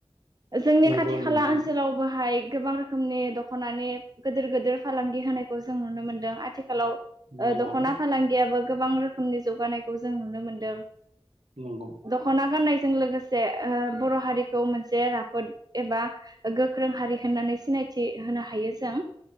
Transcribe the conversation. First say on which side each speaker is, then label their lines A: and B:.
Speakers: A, on the right (about 40°); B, on the right (about 80°).
A: जोंनि
B: नंगौ
A: खाथि
B: नंगौ नोंथां
A: खाला ओनसोलाव बोहाय गोबां रोखोमनि दख'नानि गोदोर गोदोर फालांगि होनायखौ जों नुनो मोनदों। आथिखालाव
B: नंगौ
A: ओ दख'ना फालांगियाबो गोबां रोखोमनि जौगानायखौ जों नुनो मोनदों।
B: नंगौ।
A: दख'ना गाननायजों लोगोसे ओ बर' हारिखौ मोनसे राफोद एबा गोख्रों हारि होननानै सिनायथि होनो हायो जों।